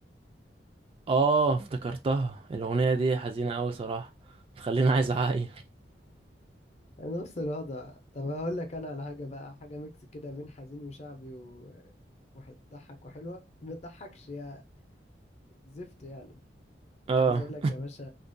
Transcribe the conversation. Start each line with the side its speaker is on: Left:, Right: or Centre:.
Right: اه افتكرتها الأغنية دي حزينة أوي صراحة بتخليني عايز أعيط
Left: نفس الوضع طب هقول لك انا على حاجة بقى حاجة ميكس كده بين حزين وشعبي و وهتضحك وحلوة ما تضحكش يا زفت يعني
Right: اه
Left: عايز اقول لك يا باشا